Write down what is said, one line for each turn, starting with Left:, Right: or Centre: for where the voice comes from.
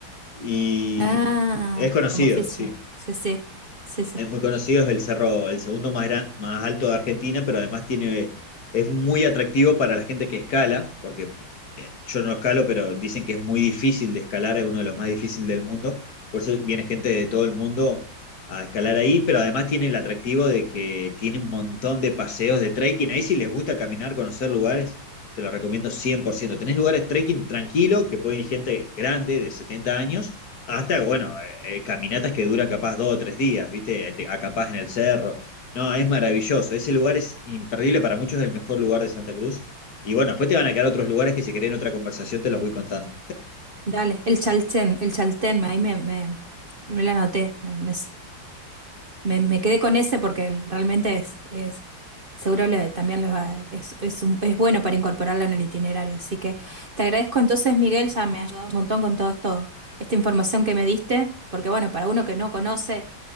Left: y
Right: Ah,
Left: es conocido,
Right: como Fisher.
Left: sí.
Right: Sí, sí, sí, sí.
Left: Es muy conocido, es el cerro, el segundo más, gran- más alto de Argentina, pero además tiene, es muy atractivo para la gente que escala, porque eh, yo no escalo, pero dicen que es muy difícil de escalar, es uno de los más difíciles del mundo. Por eso viene gente de todo el mundo a escalar ahí, pero además tiene el atractivo de que tiene un montón de paseos de trekking. Ahí si les gusta caminar, conocer lugares, te lo recomiendo cien por ciento Tenés lugares trekking tranquilo, que puede ir gente grande de 70 años hasta, bueno, eh, eh, caminatas que duran capaz dos o tres días, ¿viste? Te Acampás en el cerro. No, es maravilloso. Ese lugar es imperdible, para muchos es el mejor lugar de Santa Cruz. Y bueno, después te van a quedar otros lugares que si querés en otra conversación te los voy contando.
Right: Dale, el Chaltén, el Chaltén, me- ahí me, me, me la anoté, me, me, Me, me quedé con ese porque realmente es, es seguro le- también les va, es, es, un- es bueno para incorporarlo en el itinerario. Así que te agradezco entonces, Miguel, ya me ha ayudado un montón con todo esto, esta información que me diste, porque bueno, para uno que no conoce,